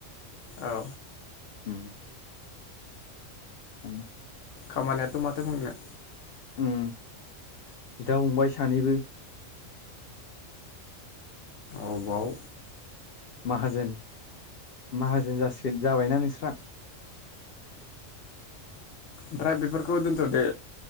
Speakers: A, on the left; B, on the left.
A: औ।
B: उम उम।
A: खामानियाथ माथो बुंनो।
B: उम बिदा फंबाय सानैबो।
A: अबाव।
B: माहाजोन माहाजोन जासिगोन जाबायना नोंस्रा
A: ओमफ्राय बेफोरखौ दोनथदो।